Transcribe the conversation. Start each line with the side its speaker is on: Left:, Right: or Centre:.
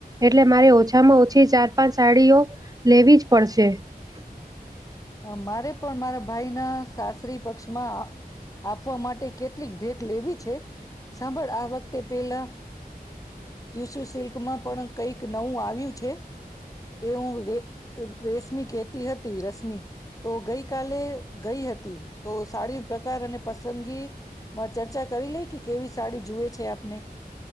Right: એટલે મારે ઓછામાં ઓછી ચાર પાંચ સાડીઓ લેવી જ પડશે <inaudible>
Left: હ મારે પણ મારા ભાઈના સાસરી પક્ષમાં આપવા માટે કેટલીક ભેટ લેવી છે સાંભળ આ વખતે પેલા ટુસુ સિલ્કમાં પણ કઈક નવું આવ્યું છે એ હું ર રેશમી કતી હતી રશ્મી તો ગઈ કલે ગઈ હતી તો સાડી પ્રકાર અને પસંદગીમાં ચર્ચા કરી લઈ કે કેવી સાડી જુએ છે આપને